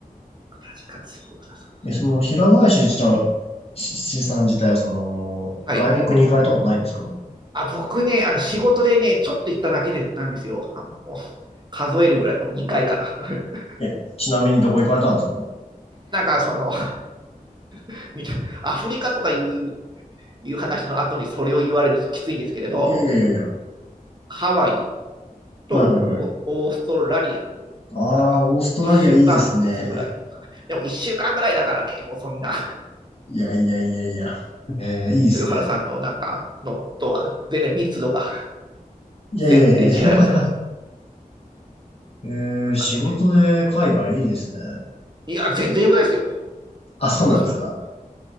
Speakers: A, on the right (about 30°); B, on the left (about 40°).
A: 確かに、そうそうそう。
B: え、その、平林自体、ししさん自体はその、
A: はい。
B: 外国に行かれたことないんですか
A: あ、僕ね、あの仕事でね、ちょっと行っただけでなんですよ。あ、もう数えるぐらい、もう2回かな。<laughs>
B: え、ちなみにどこ行かれたんですか
A: なんかその <laughs> アフリカとかいういう話の後にそれを言われるのきついんですけれど、
B: いやいやいやいや。
A: ハワイとオーオーストラリアの、
B: はいはいはい。ああ、
A: なんか1週間ずつぐらい。
B: オーストラリアいいですね。
A: でも1週間ぐらいだからね、もうそんな
B: いやいやいやいや。えー、いいですね。
A: <laughs> 豊原さんの中のとは全然密度が
B: いやいやいやいや。
A: 全然違いますよ。
B: <laughs> えー、
A: なんかね、
B: 仕事で海外いいですね。
A: いや、全然良くないですよ。
B: あ、そうなんですか
A: そんなもん <laughs> も